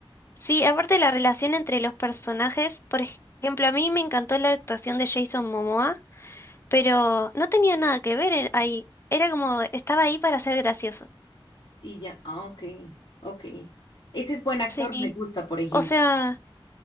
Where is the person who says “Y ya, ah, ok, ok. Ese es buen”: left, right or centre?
Left